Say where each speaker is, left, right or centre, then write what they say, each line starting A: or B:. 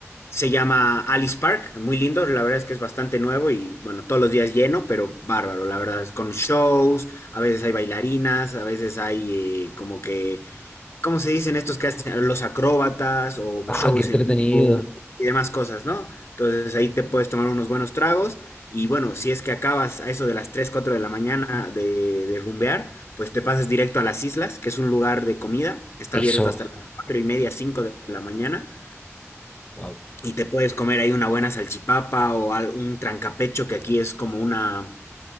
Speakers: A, on the left; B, on the left.
A: Se llama Alice Park, muy lindo. La verdad es que es bastante nuevo y bueno, todos los días lleno, pero bárbaro. La verdad es con shows, a veces hay bailarinas, a veces hay eh, como que ¿cómo se dicen estos que hacen los acróbatas o
B: Ah,
A: shows
B: qué entretenido.
A: en vivo y demás cosas, ¿no? Entonces ahí te puedes tomar unos buenos tragos y bueno, si es que acabas a eso de las 3, 4 de la mañana de, de rumbear, pues te pasas directo a las islas, que es un lugar de comida, que está
B: Eso.
A: abierto hasta las 4 y media, 5 de la mañana
B: Wow.
A: y te puedes comer ahí una buena salchipapa o al- un trancapecho que aquí es como una